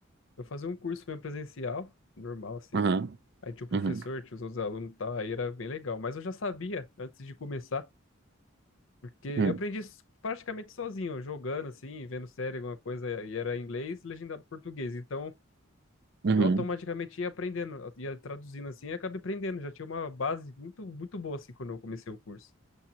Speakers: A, on the left (about 70°); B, on the right (about 55°).
A: Eu fazia um curso mesmo presencial, normal, assim.
B: Uhum,
A: Aí tinha o professor,
B: uhum,
A: tinha os outros alunos e tal, aí era bem legal. Mas eu já sabia antes de começar, porque eu
B: uhum,
A: aprendi s- praticamente sozinho, jogando, assim, vendo série, alguma coisa, e era inglês e legendado em português. Então,
B: uhum.
A: eu automaticamente ia aprendendo, ia traduzindo, assim, e acabei aprendendo. Já tinha uma base muito, muito boa, assim, quando eu comecei o curso.